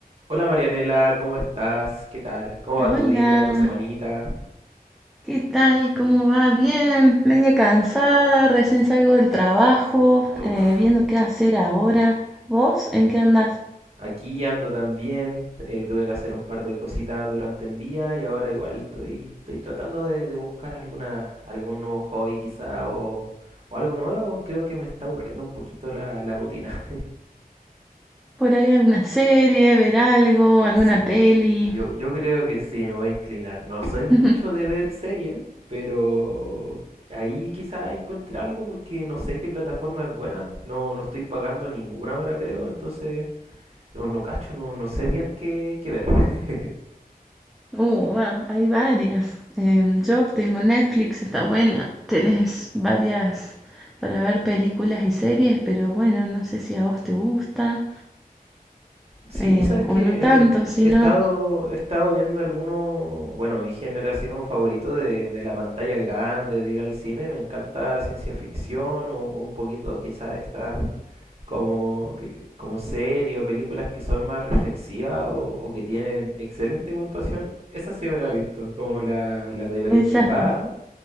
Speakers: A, on the right; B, in the centre.
A: Hola Marianela, ¿cómo estás? ¿Qué tal? ¿Cómo va
B: Hola,
A: tu día, tu semanita?
B: ¿qué tal? ¿Cómo va? Bien, media cansada, recién salgo del trabajo,
A: Uf,
B: eh, viendo qué hacer ahora. ¿Vos en qué andás?
A: aquí ando también. eh, tuve que hacer un par de cositas durante el día y ahora igual estoy, estoy tratando de, de buscar alguna, algún nuevo hobby quizá o, o algo nuevo. Creo que me está aburriendo un poquito la, la rutina.
B: ¿Por ahí alguna serie, ver algo, alguna
A: Sí,
B: peli?
A: yo, yo creo que sí, me voy a inclinar. No soy mucho
B: <laughs>
A: de ver series, pero ahí quizás encuentre algo porque no sé qué plataforma es buena. No, no estoy pagando ninguna ahora, creo, entonces no, no cacho, no, no sé bien qué, qué ver. <laughs>
B: Uh, va, hay varias. Em, yo tengo Netflix, está buena. Tenés varias para ver películas y series, pero bueno, no sé si a vos te gusta
A: Sí,
B: eh,
A: sabes que
B: o no tanto,
A: he, he-
B: sino
A: he estado, he estado viendo algunos, bueno, mi género así como favorito de, de la pantalla grande, de ir al cine, me encanta ciencia ficción o un poquito quizás estas como, que- como series o películas que son más reflexivas o, o que tienen excelente puntuación, esa sí me la he visto, como la, la de Breaking
B: esas
A: Bad.